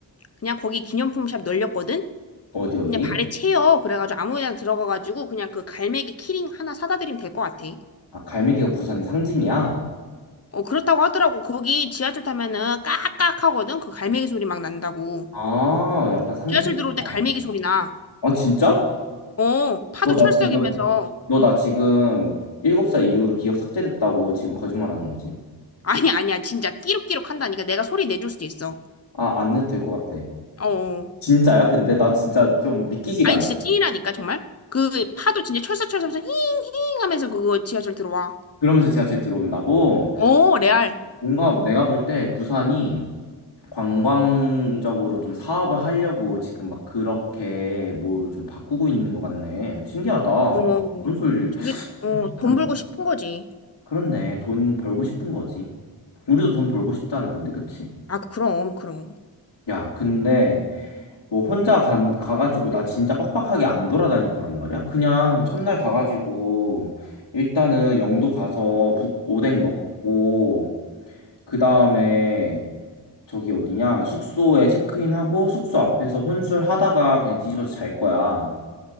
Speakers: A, on the left; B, on the left.
A: 그냥 거기 기념품 샵 널렸거든?
B: 어디 어디?
A: 그냥 발에 채여. 그래가지고 아무 데나 들어가가지고 그냥 그 갈매기 키링 하나 사다 드리면 될 것 같아.
B: 아, 갈매기가 부산의 상징이야?
A: 어, 그렇다고 하더라고. 거기 지하철 타면은 깍깍 하거든? 그 갈매기 소리 막 난다고.
B: 아, 약간 상징이구나.
A: 지하철 들어올 때 갈매기 소리 나.
B: 아, 진짜?
A: 어, 파도
B: 너 나
A: 철썩이면서.
B: 지금 너 나 지금 7살 이후로 기억 삭제됐다고 지금 거짓말하는 거지.
A: 아니, 아니야. 진짜 끼룩끼룩 한다니까. 내가 소리 내줄 수도 있어.
B: 아, 안 해도 될 것 같아.
A: 어. 어.
B: 진짜야? 근데 나 진짜 좀 믿기지가
A: 아니,
B: 않아.
A: 진짜 찐이라니까, 정말. 그 파도 진짜 철썩철썩 힝힝 하면서 그거 지하철 들어와.
B: 그러면서 지하철 들어온다고?
A: 어, 레알.
B: 뭔가 내가 볼 때 부산이 관광적으로 좀 사업을 하려고 지금 막 그렇게 뭘 좀 바꾸고 있는 것 같네. 어, 신기하다. 어,
A: 어.
B: 그런 소리.
A: 저기, 어, 돈
B: 안-
A: 벌고 싶은 거지.
B: 그렇네. 돈 벌고 싶은 거지. 우리도 돈 벌고 싶잖아. 근데 그치?
A: 아, 그럼, 그럼.
B: 야, 근데 뭐 혼자 가, 가가지고 나 진짜 빡빡하게 안 돌아다닐 거란 말이야? 그냥 첫날 가가지고 일단은 영도 가서 부- 오뎅 먹고 그 다음에 저기 어디냐? 숙소에 체크인하고 숙소 앞에서 혼술하다가 그냥 뒤집어서 잘 거야.